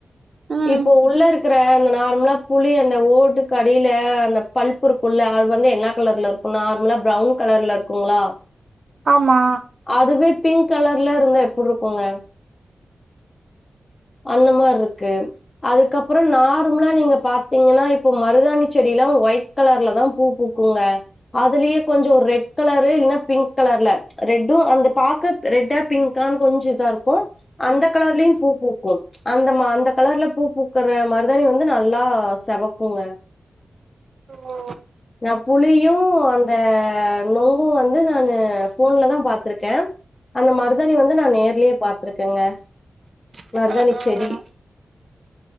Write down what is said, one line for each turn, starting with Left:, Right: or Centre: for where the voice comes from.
Right: ம்
Left: இப்ப உள்ள இருக் குற அந்த நார்மலா புளி அந்த ஓட்டுக்கு அடில அந்த பல்ப்பு இருக்குல்ல அது வந்து என்ன கலர்ல இரு அது நார்மலா ப்ரவுன் கலர்ல இருக்குங்களா
Right: ஆமா
Left: அதுவே பிங்க் கலர்ல இருந்தா எப்டி இருக்குங்க அந்த மார்ருக்கு அதுக்கப்றோ நார்மல்லா நீங்க பாத்தீங்கன்னா இப்ப மருதாணி செடில்லா ஒய் ட் கலர்ல தா பூ பூக்குங்க அதுலயே கொஞ்சோ ஒரு ரெட் கலரு இல்லன்னா பிங்க் கலர்ல ரெட்டு அந்த பாக்க ரெட்டா பிங்கான்னு கொஞ்சோ இதா இருக்கு அந்த கலர்லயு பூ பூக்கு அந்த அந்த கலர்ல பூ பூக்குற மருதாணி வந்து நல்லா செவக்குங்க
Right: ஓ
Left: நா புளியு அந் த நொங்கு வந்து நானு ஃபோன்ல தா பாத்துருக்கே அந்த மருதாணி வந்து நா நேர்லயே பாத்துருக்கேங்க மருதாணி
Right: ம்
Left: செடி
Right: ம்